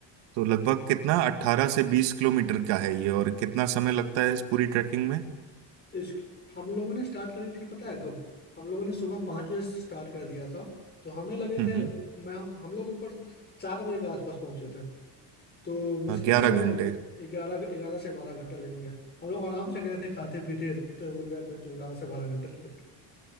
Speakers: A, on the right; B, on the left.
A: तो लगभग कितना अट्ठारह से बीस किलोमीटर का है ये और कितना समय लगता है इस पूरी ट्रैकिंग में
B: इस हम लोगों ने स्टार्ट करी थी पता है कब हम लोगों ने सुबह पाँच बजे स्टार्ट कर दिया था तो हमें लगे
A: हम्म
B: थे मैं हम लोग ऊपर चार बजे के आसपास पहुंचे थे तो मुश्किल
A: ग्यारह
B: से
A: घंटे
B: ग्यारह ग्यारह से बारह घंटे लगेंगे हम लोग आराम से गए थे खाते पीते रुकते हुए गए थे तो ग्यारह से बारह घंटे लगे